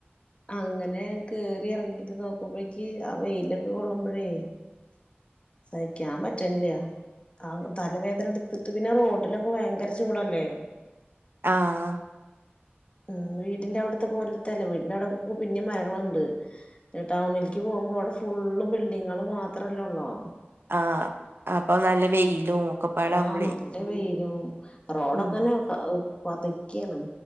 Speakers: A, on the left (about 30°); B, on the right (about 65°).
A: അങ്ങനെ കേറി ഇറങ്ങിട്ട് നോക്കുമ്പഴേക്ക് ആ വെയിലൊക്കെ കൊള്ളുമ്പോഴേ സഹിക്കാൻ പറ്റനില്ല ആഹ് തലവേദന എടുത്തിട്ട് പിന്നെ റോഡിലൊക്കെ ഭയങ്കര ചൂടല്ലേ
B: ആഹ്
A: ഉം വീടിന്റെ അവിടുത്തെ പോലത്തെല്ല വീടിന്റെ അവിടെ പിന്നെ മരങ്ങളുണ്ട് ടൗണിലേക്ക് പോകുമ്പോ അവിടെ ഫുള്ള് ബിൽഡിങ്ങൾ മാത്രല്ലേള്ളോ
B: ആഹ് അപ്പൊ നല്ല വെയിലും ഒക്കെപ്പാടാവുമ്പളേ
A: ആഹ് നല്ല വൈയിലും റോഡൊക്കനെ
B: ഉം
A: പതക്കിയണം